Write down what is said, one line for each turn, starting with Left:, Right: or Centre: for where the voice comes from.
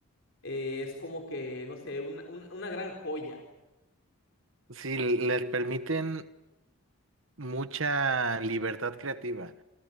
Left: eh, es como que, no sé, una, un- una gran joya.
Right: Sí, les permiten mucha libertad creativa.